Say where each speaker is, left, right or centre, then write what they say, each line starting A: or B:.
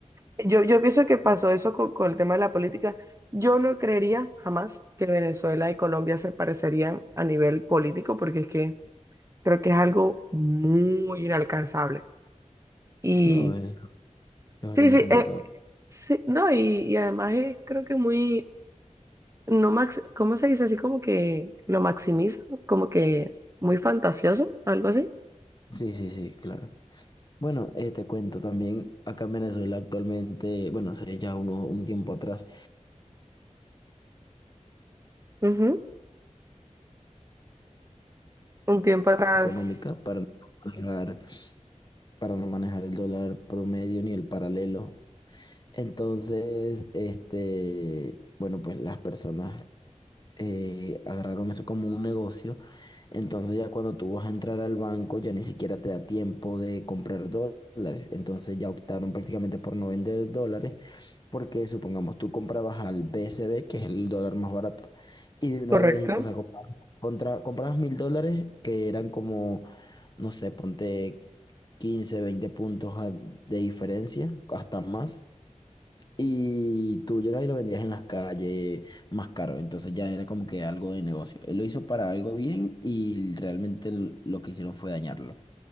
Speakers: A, on the right; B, on the left.
A: yo, yo pienso que pasó eso con, con el tema de la política. Yo no creería jamás que Venezuela y Colombia se parecerían a nivel político, porque es que creo que es algo muy inalcanzable. Y
B: No, es, es bastante
A: sí, sí,
B: complicado.
A: eh, sí, no, y, y además es creo que muy no max, ¿cómo se dice? Así como que lo maximiza, como que muy fantasioso, algo así.
B: Sí, sí, sí, claro. Bueno, eh, te cuento también, acá en Venezuela actualmente, bueno, hace ya uno, un tiempo atrás,
A: Ujú. Un tiempo atrás.
B: económica para no pagar para no manejar el dólar promedio ni el paralelo. Entonces, este, bueno, pues las personas eh, agarraron eso como un negocio. Entonces ya cuando tú vas a entrar al banco, ya ni siquiera te da tiempo de comprar dólares. Entonces ya optaron prácticamente por no vender dólares, porque supongamos tú comprabas al BCB, que es el dólar más barato, y de una
A: Correcto.
B: vez, o sea, comprabas, contra, comprabas mil dólares, que eran como no sé, ponte 15 20 puntos a- de diferencia, hasta más. Y tú llegas y lo vendías en las calles más caro. Entonces ya era como que algo de negocio. Él lo hizo para algo bien y realmente l- lo que hicieron fue dañarlo.